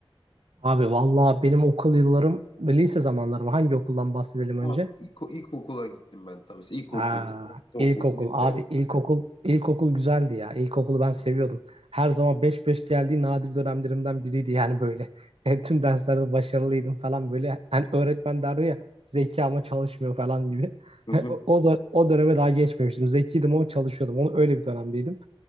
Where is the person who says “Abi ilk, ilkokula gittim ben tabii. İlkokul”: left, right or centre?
Left